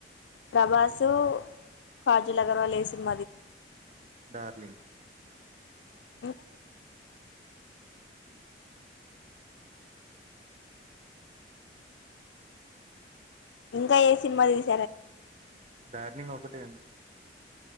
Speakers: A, on the left; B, on the right.
A: ప్రభాసు కాజల్ అగర్వాల్ ఎ సినీ సినిమా తీశారండి.
B: డార్లింగ్
A: ఇంకా
B: హలో
A: ఇంకా ఏ సినిమా తీశారండి.
B: డార్లింగ్ ఒకటే అండి.